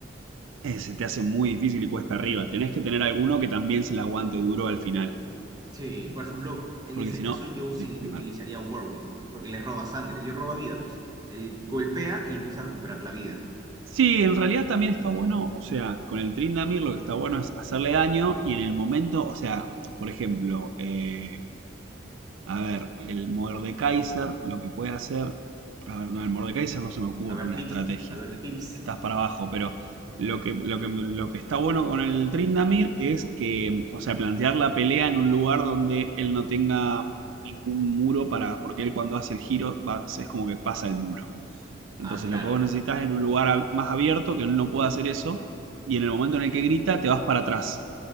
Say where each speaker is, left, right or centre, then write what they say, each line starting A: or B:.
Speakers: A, on the right (about 85°); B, on the right (about 20°).
A: eh, se te hace muy difícil y cuesta arriba. Tenés que tener alguno que también se la aguante duro al final,
B: Sí, por ejemplo, en
A: porque
B: ese
A: si
B: caso
A: no,
B: yo usili-
A: te, te
B: utilizaría
A: mata.
B: Warwick, porque le roba sangre. Yo roba vida, ves. Él golpea y empieza a recuperar la vida.
A: Sí, en realidad también está bueno, o sea, con el Trindamir lo que está bueno es hacerle daño y en el momento, o sea, por ejemplo, eh, a ver, el Mordekaiser lo que puede hacer, a ver, no, el Mordekaiser no se me ocurre
B: A ver,
A: una
B: tips,
A: estrategia,
B: a ver,
A: te-
B: tips.
A: estás para abajo, pero lo que, lo que, lo que está bueno con el Trindamir es que, o sea, plantear la pelea en un lugar donde él no tenga ningún muro para, porque él cuando hace el giro va- es como que pasa el muro. Entonces
B: Ah, claro.
A: lo que vos necesitas es en un lugar ab- más abierto que él no pueda hacer eso y en el momento en el que grita te vas para atrás.